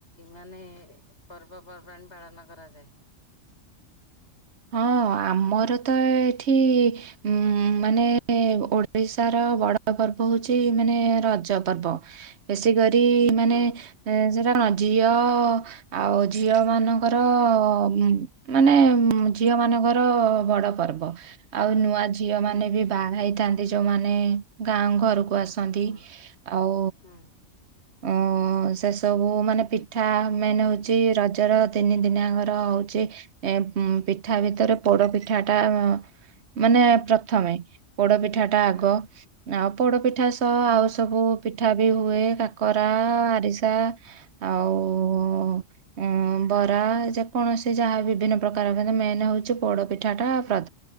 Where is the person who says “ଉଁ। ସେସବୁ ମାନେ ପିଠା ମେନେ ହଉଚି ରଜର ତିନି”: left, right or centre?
Right